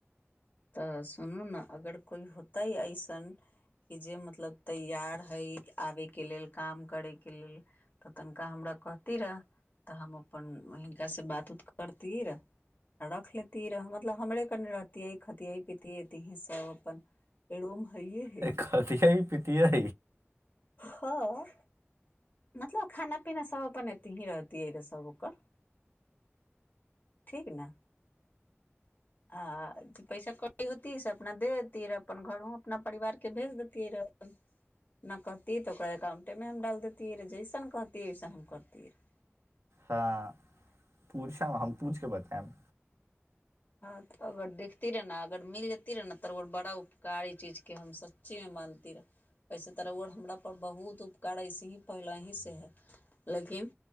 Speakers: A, on the left; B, on the right.
A: तऽ सुनू ने अगर कोइ होतय अइसन। कि जे मतलब तैयार हइ आबयके लेल, काम करैके लेल तऽ तनिका हमरा। कहती र, तऽ हम अपन हिनका से बात-उत करती र, रख लेती। रह मतलब हमरे कने रहतियै, खतियै-पतिये एतहीं सब अपन। रूम हैए हइ
B: खतिय-पीतिय।
A: हँ। मतलब, खाना-पीना सभ अपन एते ही रहतियै रहऽ सभ ओकर। ठीक ने। आ जे पैसा कत्ते होती से अपना दे देतिय र, अपन घरो अपना परिवार के भेज देतियै र। ह। नहि कहतियै तऽ ओकरा एककाउंटेमे हम डाल दैतियै रहै, जैसन कहतियै वैसन हम करितियै रहए।
B: हँ, पूछम हम, पूछिके बतैब।
A: अगर देखती रहे ने, अगर मिल जती रहै ने तऽ बड़ा उपकार ई चीजके हम सच्ची में मानती र। उइसे तऽर हमरापर बहुत उपकार अइसे ही पहिले ही सँ हए लेकिन।